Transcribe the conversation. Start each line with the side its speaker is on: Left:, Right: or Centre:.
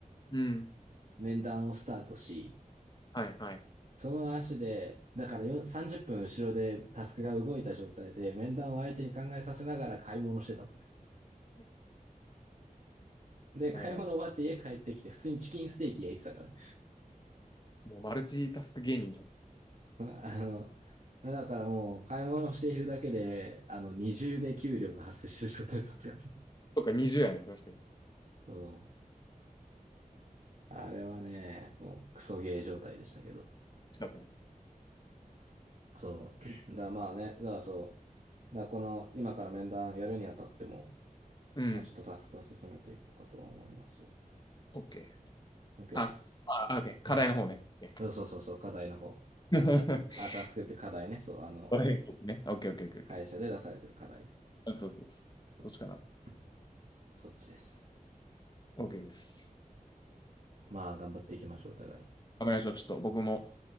Left: うん。
Right: 面談をスタートし、
Left: はいはい。
Right: その足で、だからよ30分後ろでタスクが動いた状態で、面談を相手に考えさせながら買い物してたもん。で、
Left: も
Right: 買い物終わって家帰ってきて、普通にチキンステーキ焼いてたからね。
Left: う、もうマルチタスク芸人じゃん。
Right: <laughs> あの、だからもう買い物をしているだけで、あの、二重で給料が発生してる状態だったから。
Left: そっか、20やね。確かに。
Right: <laughs> そう。あれはね、もうクソゲー状態でしたけど。
Left: 近ったね。
Right: そう。だからまあね、だからそう。だからこの、今から面談やるにあたっても、
Left: うん。
Right: まあちょっとタスクは進めていこうかとは思いますわ。
Left: OK。
Right: OK
Left: あ、
Right: です。
Left: すあ、あ OK。課題の方ね。
Right: そうね
Left: OK。
Right: そうそうそうそう、課題の方。
Left: <laughs>
Right: あ、タスクって課題ね。そう、あの、
Left: OK そっちね。OK、OK、OK、
Right: 会社で出されてる課題。
Left: OK。あそうそうそう。
Right: そうそうそう。
Left: どっちかな。
Right: そっちです。
Left: OK です。
Right: まあ、頑張っていきましょう、お互い。
Left: 頑張りましょう。ちょっと僕も、